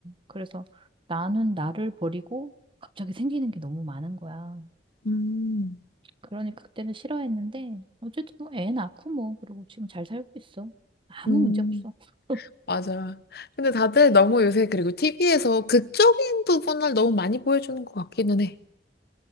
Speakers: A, on the right; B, on the left.
A: 그래서 나는 나를 버리고 갑자기 생기는 게 너무 많은 거야.
B: 음.
A: 그러니까 그때는 싫어했는데 어쨌든 뭐 애 낳고 뭐 그리고 지금 잘 살고 있어. 아무
B: 음,
A: 문제 없어. 아,
B: 맞아. 근데 다들 너무 요새 그리고 TV에서 극적인 부분을 너무 많이 보여주는 것 같기는 해.